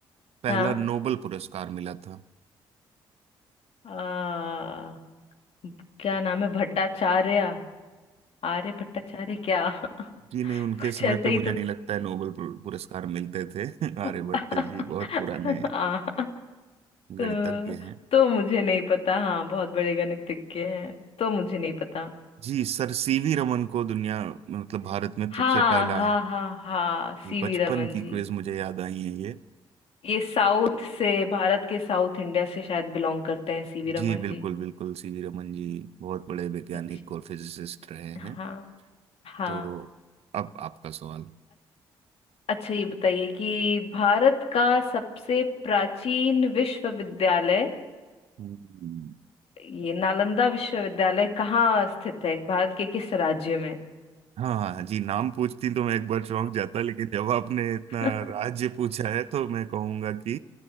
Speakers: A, on the right; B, on the left.
A: पहला
B: हाँ
A: नोबल पुरस्कार मिला था
B: आ, क्या नाम है भट्टाचार्य आर्य भट्टाचार्य क्या <laughs>
A: जी नहीं
B: कुछ
A: उनके समय
B: ऐसे
A: पे
B: ही
A: मुझे
B: तो
A: नहीं लगता है नोबेल पुर- पुरस्कार मिलते थे <laughs>
B: <laughs>
A: आर्यभट्ट जी बहुत पुराने
B: आ, तो
A: गणितज्ञ हैं
B: तो मुझे नहीं पता हाँ बहुत बड़े गणितज्ञ हैं तो मुझे नहीं पता
A: जी सर सीवी रमन को दुनिया मतलब भारत में सबसे
B: हाँ
A: पहला
B: हाँ हाँ हाँ
A: जी
B: सीवी
A: बचपन
B: रमन
A: की
B: जी
A: क्विज मुझे याद आई है ये
B: ये साउथ से भारत के साउथ इंडिया से शायद बिलोंग करते हैं सीवी रमन
A: जी बिल्कुल
B: जी
A: बिल्कुल सीवी रमन जी बहुत बड़े वैज्ञानिक
B: जी,
A: और फिजिसिस्ट रहे हैं
B: हाँ हाँ
A: तो अब आपका सवाल
B: अच्छा ये बताइए कि भारत का सबसे प्राचीन विश्वविद्यालय
A: हम्म,
B: ये नालंदा विश्वविद्यालय कहाँ स्थित है भारत के किस राज्य में
A: हाँ हाँ, हाँ, जी नाम पूछती तो मैं एक बार चौंक जाता लेकिन जब आपने इतना
B: <laughs>
A: राज्य पूछा है तो मैं कहूंगा कि